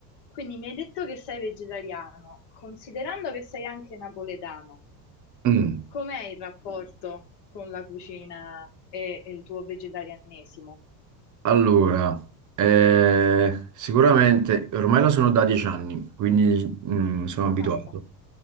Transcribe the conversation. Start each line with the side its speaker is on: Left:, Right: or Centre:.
Left: Quindi mi hai detto che sei vegetariano, considerando che sei anche napoletano,
Right: Mm,
Left: com'è il rapporto con la cucina e, e il tuo vegetarianesimo?
Right: Allora, eh, sicuramente ormai lo sono da dieci anni, quindi mm, sono abituato.
Left: Mazza.